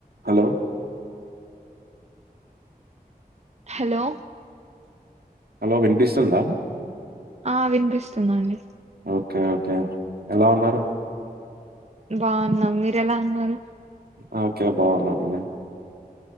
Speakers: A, on the right; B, on the right.
A: Hello
B: hello
A: hello వినిపిస్తుందా
B: ఆ వినిపిస్తుందండి
A: ఓకే ఓకే ఎలా ఉన్నారు
B: బాగున్నా మీరు ఎలా అన్నారు
A: ఆ ఓకే బాగున్నా అండి